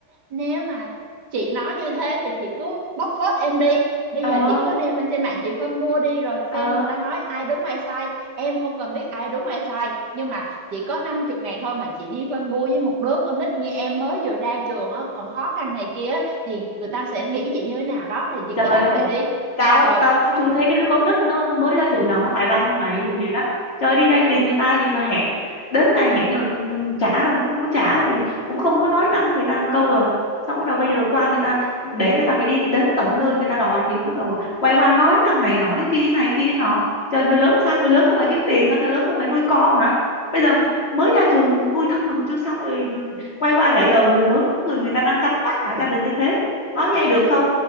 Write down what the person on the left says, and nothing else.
Ờ
ờ
trời
ơi
tao
tao cũng
chưa thấy cái đứa con nít nó mới ra trường nào nó tài lanh như mày luôn vậy đó trời đi vay tiền người ta gì mà hẹn đến ngày hẹn rồi ngừng trả rồi không có trả rồi cũng không có nói năng người ta một câu à xong bắt đầu bây giờ qua người ta ừ, để người ta phải đi đến tận nơi người ta đòi thì bắt đầu quay qua nói năng này nọ thế kia này kia nọ trời người lớn sao người lớn không phải kiếm tiền hả người lớn không phải nuôi con hả bây giờ mới ra trường nuôi thân mình còn chưa xong rồi ừ, quay qua dạy đời người lớn người người ta đang cắm trại cả gia đình như thế nói nghe được không